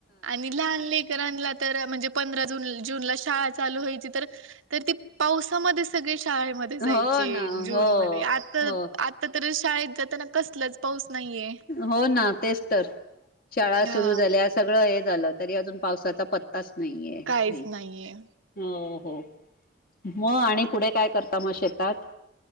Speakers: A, on the right; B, on the left.
A: आणि लहानलेख तर आणला तर म्हणजे पंधरा जून ज्यून ला शाळा चालू व्हायची तर तर ती पावसामध्ये सगळी श शाळेमध्ये जायचे
B: हो ना
A: जून
B: हो
A: मध्ये आता
B: हो
A: आता तर शाळेत जाताना कसलाच पाऊस नाहीये
B: हो ना तेच तर. शाळा सुरु
A: हा
B: झाल्या सगळ अहेत. झालं तरी अजून पावसाचा पत् ताच नाहीये
A: काहीच
B: काही हो.
A: नाहीये
B: हो म आणि पुढे काय करता मग शेतात.